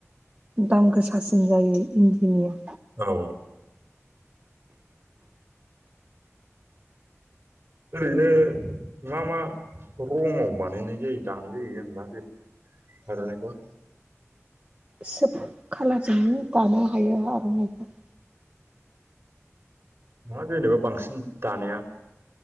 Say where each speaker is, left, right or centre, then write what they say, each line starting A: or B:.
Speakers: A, on the right; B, on the right.
A: दाम गोसासिन जायो। इन्दिनिया
B: औ ओरैनो मा मा रमाव बानायनाय जायो दानाय जायो। जेनेबा बे आरनायखौ
A: सोब खालारजोंनो दानो हायो आर'नाइखौ
B: नङा जेनेबा बांसिन दानाया